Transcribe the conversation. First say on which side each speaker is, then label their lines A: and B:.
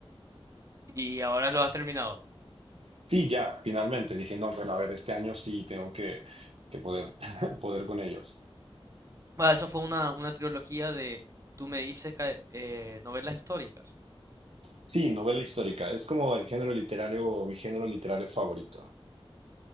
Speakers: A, on the right (about 35°); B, on the right (about 80°).
A: y ahora lo has terminado.
B: Sí, ya, finalmente dije, no, bueno, a ver, este año sí tengo que, que poder, <laughs> poder con ellos.
A: Va, eso fue una, una trilogía de, tú me dices, ca- eh, novelas históricas.
B: Sí, novela histórica, es como el género literario, mi género literario favorito.